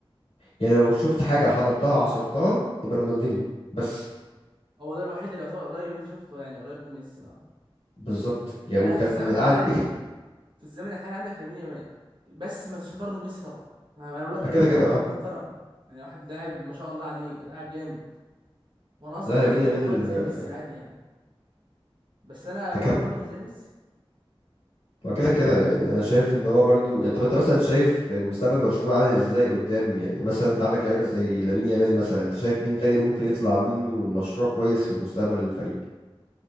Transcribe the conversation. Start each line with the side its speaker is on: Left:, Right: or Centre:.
Left: يعني لو شفت حاجة حضرتها عصرتها يبقى رونالدينيو بس
Right: هو ده الوحيد اللي يعتبر قريب انت شفته يعني قريب من ميسي اه
Left: بالظبط يعني
Right: انا
Left: وكان
Right: في الزمن الحالي
Left: قاعد <laughs>
Right: في الزمن الحالي عندك لامين يامال بس ما فيش اقارنه بميسي طبعا انا أنا بقول لك
Left: ما كده
Right: لامين يامال
Left: كده اه
Right: واحد محترم يعني واحد لاعب ما شاء الله عليه لاعب جامد وانا اصلا
Left: لا
Right: في مصلحتي
Left: يمين يامال
Right: ان هو يبقى زي
Left: آه،
Right: ميسي عادي يعني بس انا
Left: ده
Right: بقول
Left: كده
Right: لك برضه مش زي ميسي
Left: ما كده كده يعني انا شايف ان هو برضو يعني طب انت مثلا شايف مستقبل برشلونة عامل ازاي قدام يعني مثلا انت عندك لعيبه زي لامين يامال مثلا انت شايف مين تاني ممكن يطلع منه مشروع كويس في المستقبل للفريق